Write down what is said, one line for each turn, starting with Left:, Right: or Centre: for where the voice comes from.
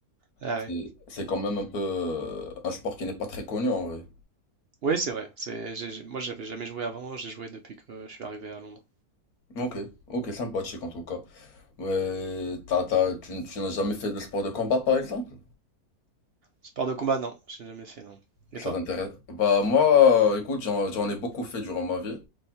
Right: Ah
Left: C'est
Right: ouais.
Left: c'est quand même un peu euh, un sport qui n'est pas très connu en vrai.
Right: Oui, c'est vrai. C'est, j'ai- j'ai- moi, j'avais jamais joué avant. J'ai joué depuis que je suis arrivé à Londres.
Left: Ok, ok, sympathique en tout cas. Ouais, t'as, t'as, tu, n- tu n'as jamais fait de sport de combat par exemple?
Right: Sport de combat, non, j'ai jamais fait, non. Et
Left: Ça
Right: toi?
Left: t'intéresse? Bah moi, euh, écoute, j'en, j'en ai beaucoup fait durant ma vie.